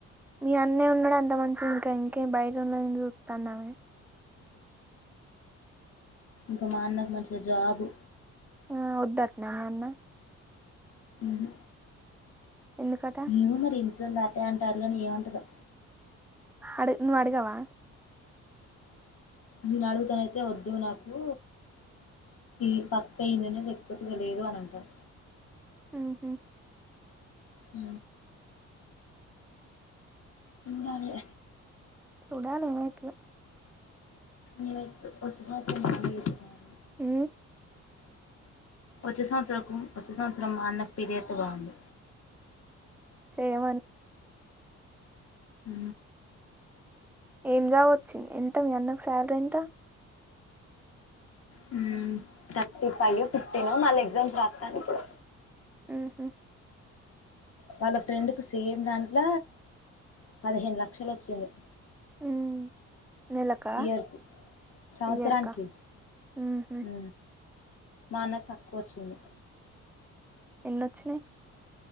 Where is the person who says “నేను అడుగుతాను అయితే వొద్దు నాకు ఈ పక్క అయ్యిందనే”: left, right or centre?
Left